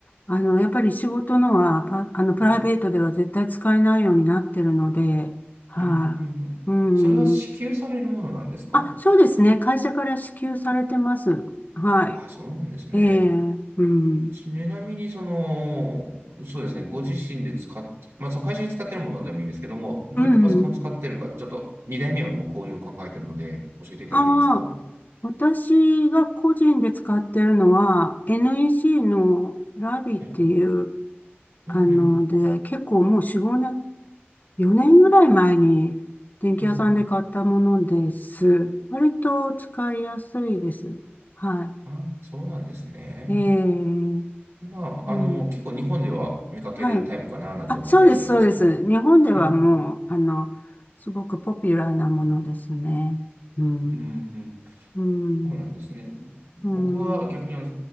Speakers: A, on the left; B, on the right.
A: あの、やっぱり仕事のは、パ、あの、プライベートでは絶対使えないようになってるので、
B: うん、
A: はい、
B: うん、うん。うんそれは支給されるものなんですか
A: うーん。あ、そうですね。会社から支給されてます。はい。
B: あ、そうなんですね。
A: ええ、うん。
B: ちなみに、その、そうですね、ご自身で使って、まあ、その会社で使ってるものでもいいんですけども、どういったパソコン使ってるか、
A: うん。
B: ちょっと2代目はもうこういう考えてるので、教えていただけますか
A: あ私が個人で使ってるのは NEC のラビっていう、
B: はい。うんうん。
A: あの、で、結構もう4、年、4年ぐらい前に電気屋さんで買ったものです。
B: うんうん。
A: 割と使いやすいです。は
B: あ、そうなんですね。
A: い。えー、
B: まあ、
A: えー、
B: あの、結構日本では見かけるタイプかななんて思ったりするんですけど。
A: はい。あ、そうです、そうです。日本ではもう、
B: うんうん。
A: あの、すごくポピュラーなものですね。うん、
B: うん
A: うん、
B: そうなんですね。僕は逆にあの、
A: うん。